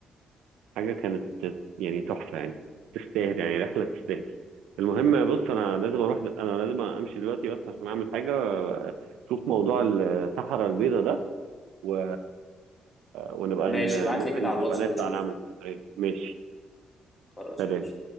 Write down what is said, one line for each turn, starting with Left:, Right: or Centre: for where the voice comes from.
Right: حاجة كانت يعني تحفة يعني تستاهل يعني رحلة تستاهل المهم بص أنا لازم أروح د... أنا لازم أمشي دلوقتي بس عشان أعمل حاجة شوف موضوع الصحراء البيضاء ده و... ونبقى
Left: ماشي
Right: ن...
Left: ابعت
Right: ممكن
Left: لي كده على
Right: نبقى
Left: الواتس
Right: نطلع
Left: ونشوف
Right: نعمل سفرية ماشي
Left: خلاص
Right: سلام
Left: ماشي